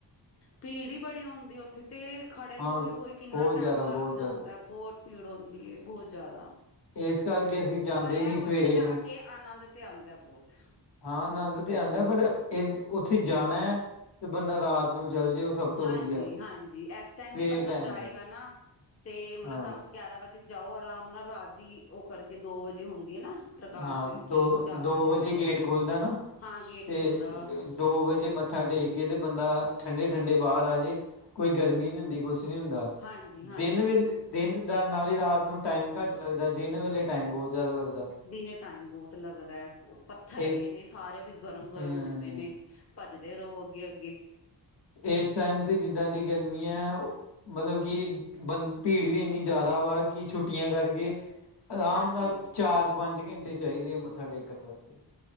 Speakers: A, on the left; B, on the left.
A: ਭੀੜ ਈ ਬੜੀ ਹੁੰਦੀ ਓਥੇ ਤੇ ਖੜੇ
B: ਹਾਂ
A: ਹੋਏ-ਹੋਏ ਕਿੰਨਾ
B: ਬਹੁਤ
A: ਟੈਮ
B: ਜ਼ਿਆਦਾ ਬਹੁਤ
A: ਲੱਗ ਜਾਂਦਾ
B: ਜ਼ਿਆਦਾ
A: ਬੌਟ। ਭੀੜ ਹੋਂਦੀ ਏ ਬਹੁਤ ਜਿਆਦਾ,
B: ਇਸ ਕਰਕੇ ਅਸੀਂ ਜਾਂਦੇ
A: ਪਰ ਐ
B: ਨੀ ਸਵੇਰੇ
A: ਓੱਥੇ
B: ਨੂੰ
A: ਜਾ ਕੇ ਆਨੰਦ ਤੇ ਆਂਦੈ ਬਹੁਤ
B: ਹਾਂ, ਆਨੰਦ ਤੇ ਆਂਦੈ ਪਰ ਏ ਉੱਥੇ ਜਾਨੈ, ਤੇ ਬੰਦਾ ਰਾਤ ਨੂੰ ਚੱਲ ਜੇ ਉਹ ਸਭ ਤੋਂ
A: ਹਾਂਜੀ,
B: ਵਧੀਆ
A: ਹਾਂਜੀ, ਐਸ ਟੈਮ
B: ਸਵੇਰ
A: ਵੀ ਬੰਦਾ
B: ਟਾਈਮ
A: ਜਾਏਗਾ
B: ਨੀ
A: ਨਾ ਤੇ ਮਤਲਬ
B: ਹਾਂ
A: ਦੱਸ-ਗਿਆਰਾਂ ਵਜੇ ਜਾਉ, ਆਰਾਮ ਨਾਲ ਰਾਤ ਦੀ ਔ ਕਰਕੇ ਦੋ, ਵਜੇ ਹੁੰਦੀ ਐ ਨਾ। ਪ੍ਰਕਾਸ਼
B: ਹਾਂ,
A: ਕੀ
B: ਦੋ,
A: ਚਾਰ
B: ਦੋ ਵਜੇ ਗੇਟ ਖੁਲਦੈ ਨਾ,
A: ਹਾਂ ਗੇਟ
B: ਤੇ
A: ਖੁੱਲਦਾ ਵਾ
B: ਦੋ ਵਜੇ ਮੱਥ ਮੱਥਾ ਟੇਕ ਕੇ ਤੇ ਬੰਦਾ, ਠੰਡੇ-ਠੰਢੇ ਬਾਹਰ ਆਜੇ। ਕੋਈ ਗਰਮੀ ਨੀ ਹੁੰਦੀ, ਕਛ ਨੀ ਹੁੰਦਾ,
A: ਹਾਂਜੀ ਹਾਂਜੀ
B: ਦਿਨ ਵੇਲੇ ਦਿਨ ਦਾ, ਨਾਲੇ ਰਾਤ ਨੂੰ ਟਾਈਮ ਘੱਟ ਲੱਗਦੈ, ਦਿਨ ਵੇਲੇ ਟਾਈਮ ਬਹੁਤ ਜਾਦਾ ਲੱਗਦੈ।
A: ਦਿਨੇ ਟਾਈਮ ਬਹੁਤ ਲੱਗਦੈ, ਪੱਥਰ ਯ ਪੱਥਰ ਹੈਗੇ
B: ਇਸ
A: ਨੇ ਸਾਰੇ ਓ ਵੀ ਗਰਮ- ਗਰਮ
B: ਹਮ
A: ਹੋਂਦੇ ਨੇ। ਭੱਜਦੇ ਰਹੋ ਅੱਗੇ-ਅੱਗੇ?
B: ਏਸ ਟਾਈਮ ਤੇ, ਜਿੱਦਾਂ ਦੀ ਗਰਮੀ ਐ ਮਲਬ ਕਿ ਭੀੜ ਵੀ ਏਨੀ ਜਾਦਾ ਵਾ, ਕਿ ਛੁੱਟੀਆਂ ਕਰਕੇ ਅਰਾਮ
A: ਹਾਂਜੀ
B: ਨਾਲ ਚਾਰ-ਪੰਜ ਘੰਟੇ ਚਾਹੀਦੇ ਐ, ਮੱਥਾ ਟੇਕਣ ਵਾਸਤੇ